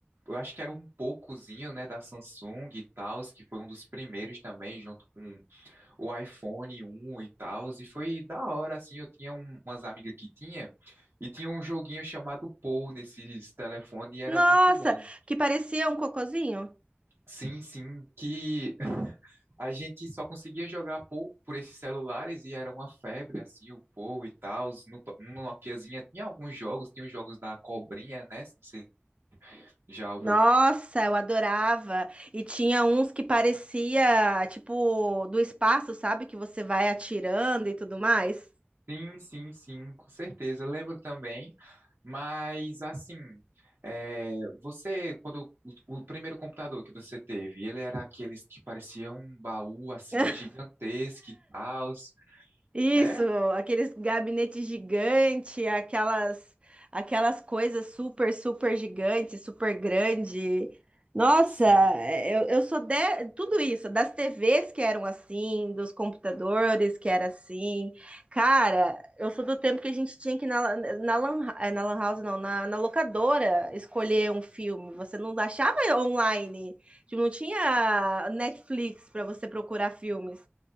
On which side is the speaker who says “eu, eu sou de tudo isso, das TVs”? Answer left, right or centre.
Right